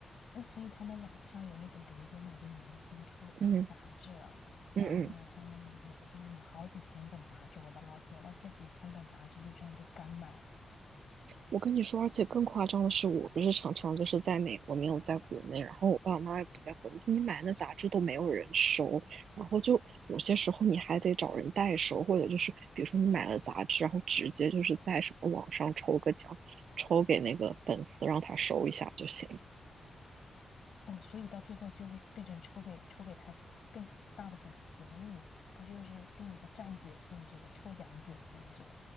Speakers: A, on the left; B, on the right.
A: 那所以他们网上有那种，比如说哪个明星出出杂志了，
B: 嗯
A: 然后呢，
B: 嗯嗯，
A: 相当于说就是买好几千本杂志，我的老天，那这几千本杂志就这样就干买
B: 我跟你说，而且更夸张的是，我不是常常就是在美国没有在国内，然后我爸爸妈妈也不在国内，你买那杂志都没有人收，然后就有些时候你还得找人代收，或者就是比如说你买了杂志，然后直接就是在什么网上抽个奖，抽给那个粉丝让他收一下就行。
A: 哦，所以到最后就是变成抽给抽给他更大的粉丝了，那你不就是另一个站姐性质的抽奖姐性质的？